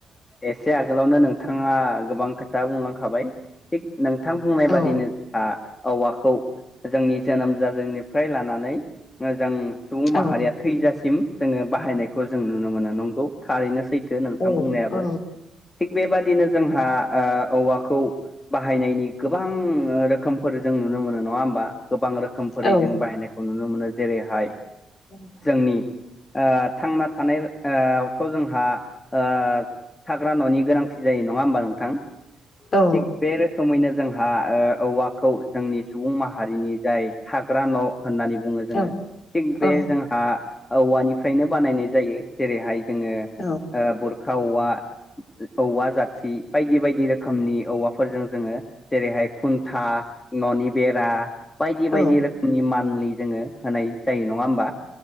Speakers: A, on the left; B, on the left.
A: एसे आगोलावनो नोंथाङा गोबां खोथा खोथा बुंलांखाबाय थिग नोंथां बुंनाय
B: औ
A: बादिनो आ औवाखौ जोंनि जोनोम जाजेननिफ्राय लानानै जों सुबुं
B: औ
A: माहारिया थैजासिम जोङो बाहायनायखौ जों नुनो मोनो नंगौ थारैनो सै थो नोंथांम
B: औ
A: बुंनायाबो
B: औ
A: थिग बेबादिनो जोंहा औवाखौ बाहायनायनि गोबां रोखोमफोर जों नुनो मोनो नङा होमबा गोबां रोखोम रोखोमफोरै
B: औ
A: जों बाहायनायखौ नुनो मोनो जेरैहाय
B: औ
A: जोंनि आ थांना थानाय आ थ जोंहा आ थाग्रा न'नि गोनांथि जायो नङा होमबा नोंथां
B: औ
A: थिख बे रोखोम रोखोमैनो जोंहा औवाखौ जोंनि सुबुं माहारिनि जाय थाग्रा न' होननानै बुङो जोङो
B: औ
A: थिग बे
B: औ
A: जोंङो आ जोंहा औवानिफ्रायनो बानायनाय जायो जेरैहाय जोङो
B: औ
A: बुरखा औवा औवा जाथि बायदि बायदि रोखोम खोमनि औवाफोरजों जोङो जेरैहाय खुन्था न'नि बेरा बायदि
B: औ
A: बायदि रोखोमनि मान्लि जोङो होनाय जायो नङा होमबा